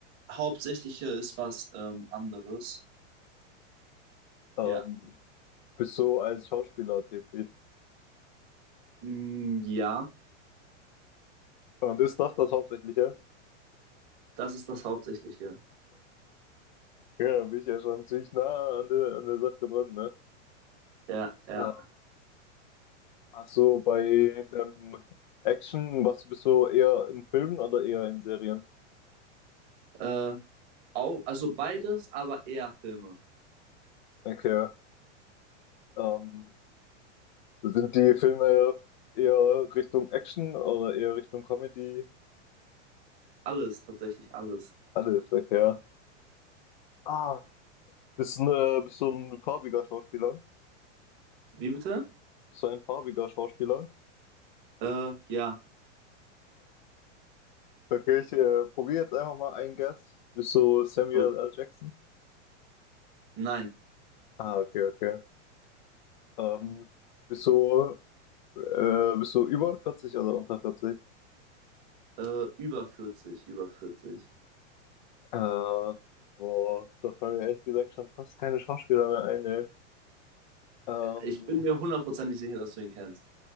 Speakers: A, on the right; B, on the left.
A: hauptsächliche ist was ähm, anderes.
B: Ähm,
A: Ja.
B: bist du als Schauspieler tätig?
A: Mm, ja,
B: Und ist das das Hauptsächliche?
A: das ist das Hauptsächliche.
B: Ja, da bin ich ja schon ziemlich nah an der, an der Sache dran, ne?
A: Ja, ja.
B: Äh, ach so, bei ähm, Action, was bist du eher in Filmen oder eher in Serien?
A: Äh, auch, also beides, aber eher Filme.
B: Okay. Ähm, sind die Filme eher Richtung Action oder eher Richtung Comedy?
A: Alles, tatsächlich alles.
B: Alles, okay. Ah. Bist du, ne, bist du ein farbiger Schauspieler?
A: Wie bitte?
B: Bist du ein farbiger Schauspieler?
A: Äh, ja.
B: Okay, ich äh, probiere jetzt einfach mal einen Guess. Bist du Samuel
A: Und,
B: L. Jackson?
A: nein.
B: Ah, okay, okay. Ähm, bist du, äh, bist du über 40 oder unter 40?
A: Äh, über vierzig über vierzig
B: Äh, boah, da fallen mir ehrlich gesagt schon fast keine Schauspieler mehr ein, ey. Ähm,
A: Ich bin mir hundertprozentig sicher, dass du ihn kennst.